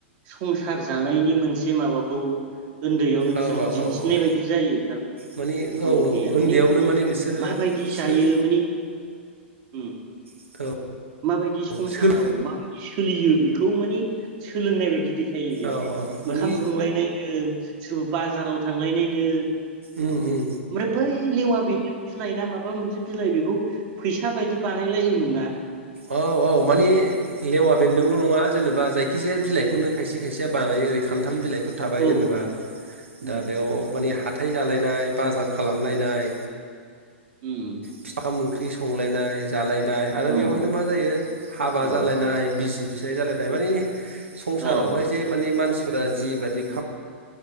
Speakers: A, on the right; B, on the right.
A: संसार जानायनि मोनसे माबाखौ। उन्दैयावनो बिसोरो
B: औ
A: दिन्थिनाय
B: औ औ
A: बायदि जायो ओंखाम
B: माने औ
A: ओंख्रिया
B: औ उन्दैयावनो
A: माने
B: बिसोरो
A: माबायदि जायो
B: सोल
A: माने उम।
B: औ।
A: माबायदि
B: औ
A: संसाराव
B: सोल
A: माबायदि सोलियो बेखौ माने सोलोंनाय बायदि थायो बेयाव
B: औ औ मानि
A: ओंखाम संलायनाय सोरबा बाजाराव थांलायनायनो
B: उम उम
A: ओमफ्राय बै लेवा बेनि बिलाइ ना माबा मोनसे बिलाइ बेखौ फैसा बायदि बानायलायोमोन ना
B: औ औ माने लेवा बेन्दोंल' नङा जेनेबा जायखिजाया बिलाइखौनो खायसे खायसेया बानायो ओरै खान्थाल बिलाइ फोर थाबाय
A: औ
B: जेनेबा
A: उम
B: दा बेयाव माने हाथाय जालायनाय बाजार खालामलायनाय
A: उम
B: फिथा ओंख्रि संलायनाय जालायनाय आरो बेवहाय
A: औ
B: मा जायो हाबा
A: औ
B: जालायनाय बिसि फिसाय जालायनाय माने संसारावहाय
A: औ
B: जे माने मानसि फोर जिबायदि